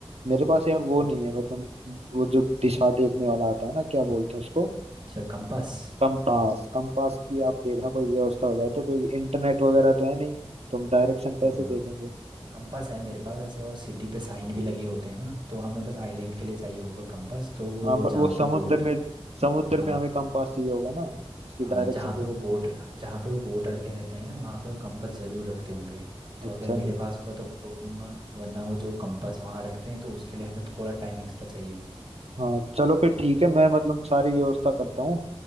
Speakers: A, on the right; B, on the right.
A: मेरे पास यार वो नहीं
B: जी
A: है मतलब वो जो दिशा देखने वाला आता है ना क्या बोलते हैं उसको
B: अच्छा कंपास
A: कंपास कंपास की आप देखना कोई व्यवस्था हो जाए तो कोई इंटरनेट वगैरह तो है नहीं तो हम डायरेक्शन
B: हाँ
A: कैसे देखेंगे
B: कंपास है मेरे पास वैसे और सिटी पे साइन भी लगे होते हैं ना तो हमें बस आइलैंड के लिए चाहिए होगा कंपास तो वो
A: हाँ ब-
B: जहाँ
A: वो
B: पे
A: समुद्र
B: बोट
A: में समुद्र
B: हाँ
A: में हमें कंपास चाहिए होगा ना उसकी
B: हाँ
A: डायरेक्शन
B: जहाँ
A: को
B: पे वो बोट जहाँ पे वो बोट रखे रहते हैं ना वहाँ पे वो कंपास ज़रूर रखते होंगे तो
A: अच्छा
B: अगर मेरे पास होगा तो मैं ढूंढ लूँगा वरना वो जो कंपास वहाँ रखते हैं तो उसके लिए हमें थोड़ा टाइम एक्स्ट्रा चाहिए होगा
A: हाँ चलो फिर ठीक है मैं मतलब सारी व्यवस्था करता हूँ